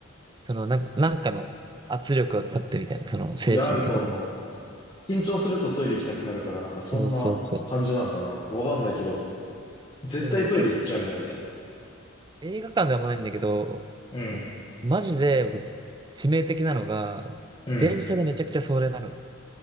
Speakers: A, on the right; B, on the left.
A: そのなんか、なんかの圧力がかかってみたいな。その精神的に。
B: いや、あると思う。緊張するとトイレ行きたくなるから、なんかそんな感じなんかな。
A: そうそうそう。
B: わかんないけど、絶対トイレ行っちゃうんだよね。
A: でもでも映画館ではあんまないんだけど、
B: うん。
A: もうマジで僕、致命的なのが、
B: うん。
A: 電車でめちゃくちゃそれなるの。